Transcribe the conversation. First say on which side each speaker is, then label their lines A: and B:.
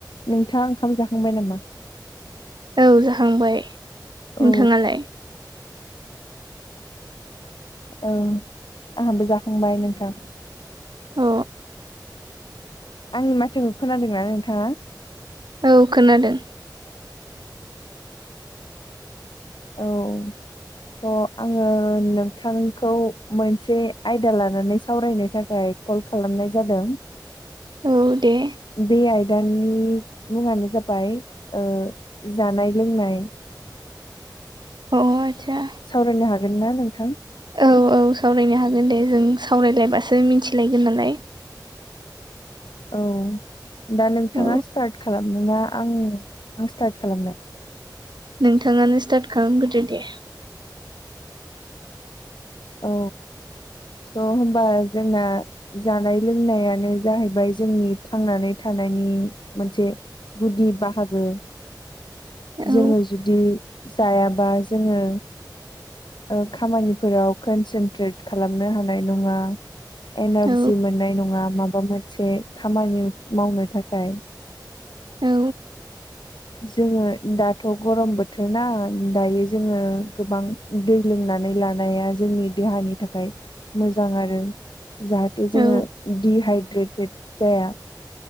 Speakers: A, on the left; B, on the right.
A: नोंथाङा ओंखाम जाखांबाय नामा?
B: औ जाहांबाय
A: औ
B: नोंथाङालाय?
A: औं आंहाबो जाखांबाय नोंथां।
B: अ
A: आंनि माथोखौ खोनादोंना नोंथाङा?
B: औ खोनादों।
A: औ स' आङो नोंथांखौ मोनसे आयदा लानानै सावरायनो थाखाय कल खालामनाय जादों।
B: औ दे
A: बे आयदानि मुङानो जाबाय ओ जानाय लोंनाय।
B: अ आदसा।
A: सावरायनो हागोनना नोंथां?
B: औ औ सावरायनो हागोन दे जों सावरायलायबासो मिथिलायगोन नालाय
A: औ दा नोंथाङा
B: औ
A: स्टार्ट खालामनोना आं आं स्टार्ट खालामनो?
B: नोंथाङानो स्टार्ट खालामग्रोदो दे।
A: औ स' होमबा जोंना जानाय लोंनायानो जाहैबाय जोंनि थांनानै थानायनि मोनसे गुदि बाहागो
B: औ
A: जोङो जुदि जायाबा जोङो ओ खामानिफोराव कनसेनट्रेट खालामनो हानाय नङा एनारजि
B: औ
A: मोननाय नङा माबा मोनसे खामानि मावनो थाखाय
B: औ
A: जोङो दाथ' गरम बोथोरना दायो जोङो गोबां दै लोंनानै लानाया जोंनि देहानि थाखाय मोजां आरो। जाहाथे जोङो
B: औ
A: दिहाइद्रेटेड जाया।